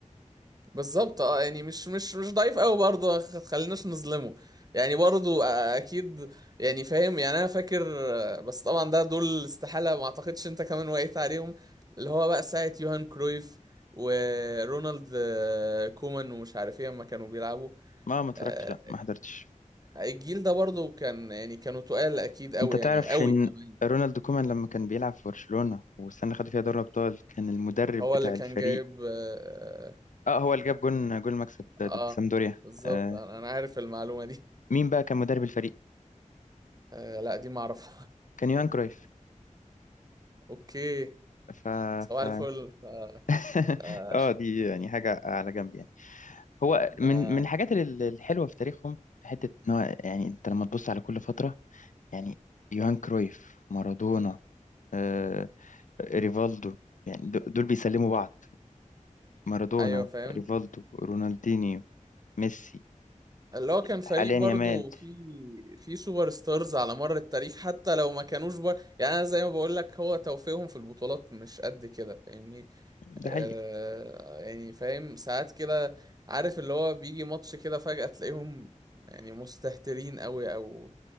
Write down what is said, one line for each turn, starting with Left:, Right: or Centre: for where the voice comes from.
Right: بالظبط اه يعني مش مش مش ضعيف قوي برضه خ- خليناش نظلمه يعني برضه آه، اكيد يعني فاهم يعني انا فاكر آه، بس طبعا ده دول استحالة ما اعتقدش انت كمان وقيت عليهم اللي هو بقى ساعة يوهان كرويف ورونالد آه، كومان ومش عارف ايه لما كانوا بيلعبوا
Left: ما ما اتفرجتش
Right: آه،
Left: لا ما حضرتش
Right: الجيل ده برضه كان يعني كانوا تقال اكيد قوي
Left: انت تعرف
Right: يعني قوي
Left: ان
Right: كمان
Left: رونالد كومان لما كان بيلعب في برشلونة والسنة اللي خدوا فيها دوري ابطال كان المدرب
Right: هو
Left: بتاع
Right: اللي كان
Left: الفريق
Right: جايب اه,
Left: اه هو اللي جاب جون جون المكسب ده ضد
Right: آه
Left: سامدوريا
Right: بالظبط
Left: آه
Right: انا أنا عارف المعلومة دي
Left: مين بقى كان مدرب الفريق
Right: آه لا دي ما اعرفها
Left: كان يوهان كرويف
Right: <laughs> اوكي
Left: ف
Right: صباح
Left: ف
Right: الفل ف-
Left: <laughs>
Right: آه،
Left: اه دي يعني حاجة على جنب يعني هو
Right: ما
Left: من من الحاجات ال- الحلوة في تاريخهم حتة ان هو يعني انت لما تبص على كل فترة يعني يوهان كرويف مارادونا آه ريفالدو يعني دول دول بيسلموا بعض مارادونا
Right: ايوه فاهم
Left: ريفالدو رونالدينيو ميسي
Right: اللي هو كان فريق
Left: حاليا
Right: برضو
Left: يامال
Right: في في سوبر ستارز على مر التاريخ حتى لو ما كانوش بر... يعني انا زي ما بقول لك هو توفيقهم في البطولات مش قد كده فاهمني
Left: ده
Right: آه
Left: حقيقي
Right: يعني فاهم ساعات كده عارف اللي هو بيجي ماتش كده فجأة تلاقيهم يعني مستهترين قوي او